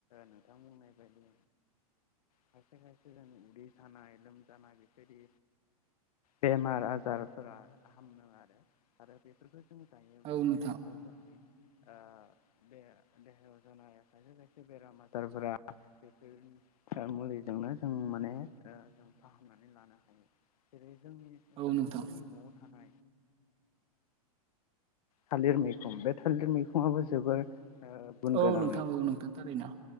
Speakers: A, on the left; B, on the right.
A: नोंथांमोननाय बायदि खायसे खायसे जोंनि उदै सानाय लोमजानाय बेफोरदि बेमार आजारफोरा हामो आरो आरो बेफोरखो <unintelligible>
B: औ नोंथां
A: बे देहायाव जानाय खायसे खायसे बेराम आजारफोरा बेफोर मुलिजोंनो जों माने जों फाहामनानै लानो हायो जेरै जोंनि
B: औ
A: साफ्रोमबोनि
B: नोंथां
A: न'आव थानो थालिर मैखुन बे थालिर मैखुनाबो जोबोर ओ गुन
B: औ
A: गोनां
B: नोंथां औ नोंथां थारैनो